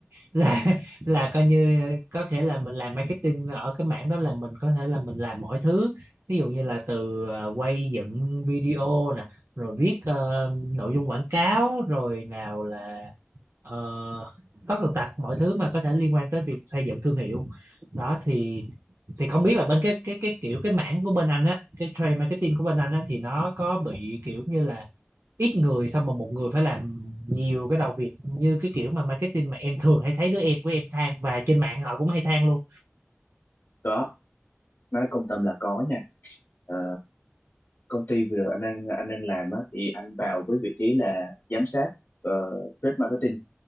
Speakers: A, on the right (about 65°); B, on the left (about 50°).
A: là
B: Ừ.
A: <laughs> là coi như có thể là mình làm marketing ở cái mảng đó là mình có thể là mình làm mọi thứ ví dụ như là từ à, quay dựng video nè rồi viết ờ, nội dung quảng cáo rồi nào là uh, tất tần tật mọi thứ mà có thể liên quan tới việc xây dựng thương hiệu đó thì thì không biết là bên cái cái cái kiểu cái mảng của bên anh á cái trade marketing của bên anh á thì nó có bị kiểu như là ít người xong mà một người phải làm nhiều cái đầu việc như cái kiểu mà marketing mà em thường hay thấy đứa em của em than và trên mạng họ cũng hay than luôn
B: có nói công tâm là có nha Ờ, công ty vừa rồi anh đang anh đang làm á, thì anh vào với vị trí là giám sát uh, trade marketing